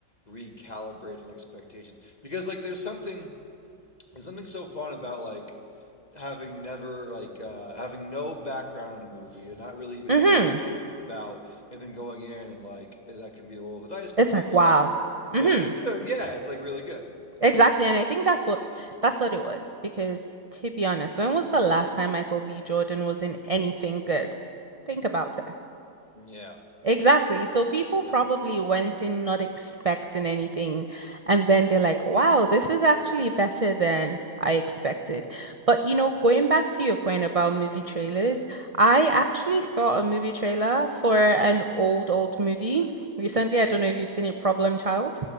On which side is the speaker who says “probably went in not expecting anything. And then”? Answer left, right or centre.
Right